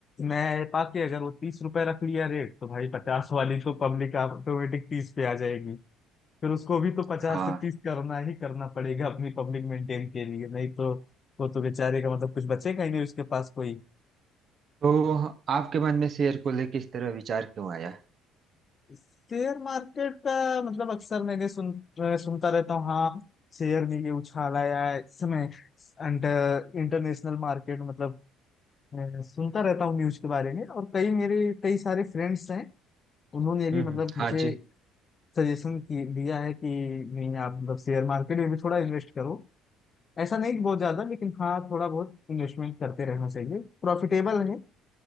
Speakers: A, on the left (about 35°); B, on the right (about 45°).
A: मैं पाके अगर वो तीस रुपए रख लिया रेट तो भाई पचास वाली तो पब्लिक ऑटोमेटिक तीस पे आ जाएगी फिर उसको भी तो पचास
B: हाँ
A: से तीस करना ही करना पड़ेगा अपनी पब्लिक मेंटेन के लिए नहीं तो वो तो बेचारे का मतलब कुछ बचेगा ही नहीं उसके पास कोई
B: तो आपके मन में शेर को लेके इस तरह विचार क्यों आया
A: शेयर मार्केट का मतलब अक्सर मैंने सुन अ, सुनता रहता हूँ हाँ शेयर में ये उछाल आया है इस समय अंडर इंटरनेशनल मार्केट मतलब अ, सुनता रहता हूँ न्यूज के बारे में और कई मेरे कई सारे फ्रेंड्स हैं उन्होंने भी
B: हम्म
A: मतलब
B: हम्म,
A: मुझे
B: हाँ जी
A: सजेशन की दिया है कि नहीं आप मतलब शेयर मार्केट में भी थोड़ा इन्वेस्ट करो ऐसा नहीं कि बहुत ज्यादा लेकिन हाँ थोड़ा बहुत इन्वेस्टमेंट करते रहना चाहिए प्रॉफिटेबल है